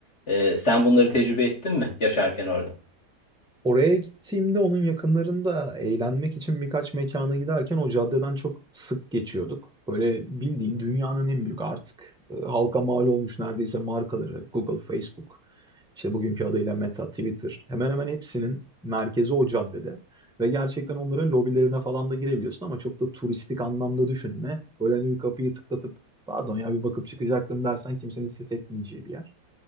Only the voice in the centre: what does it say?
Oraya gittiğimde onun yakınlarında eğlenmek için birkaç mekana giderken o caddeden çok sık geçiyorduk. Böyle bildiğin dünyanın en büyük artık e, halka mal olmuş neredeyse markaları Google, Facebook, işte bugünkü adıyla Meta, Twitter hemen hemen hepsinin merkezi o caddede. Ve gerçekten onların lobilerine falan da girebiliyorsun ama çok da turistik anlamda düşünme. Böyle hani bir kapıyı tıklatıp pardon ya bir bakıp çıkacaktım dersen kimsenin ses etmeyeceği bir yer.